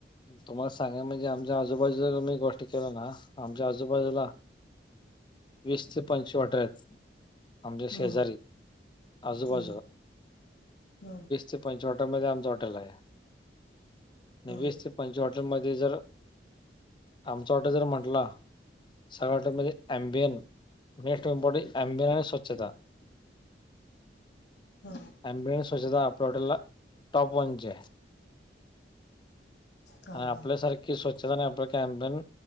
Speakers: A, on the left (about 25°); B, on the left (about 75°).
A: तुम्हाला सांगा म्हणजे आमच्या आजूबाजूला म्ही गोष्ट केलं ना आमच्या आजूबाजूला वीस ते पंश अठराे <inaudible> आमचेे शेजारी
B: हं,
A: आजोबा
B: हं, हं,
A: ते पंवर मध्ये आमच हॉटेल आहे आणि
B: हं,
A: वीस ते, पण हॉटेलमध्ये जर आमच हॉटेल जर म्हटला सगळणे अबियन मेपॉर्टबियन आणि स्वच्छता <inaudible>
B: हं,
A: अमबन्स स्व्छता आपल्या हॉटेलला टॉप वनचे आहे <inaudible>
B: हां,
A: आणि आपल्यासारखी
B: हां,
A: स्वच्छता आणि आपलं कॅमपिन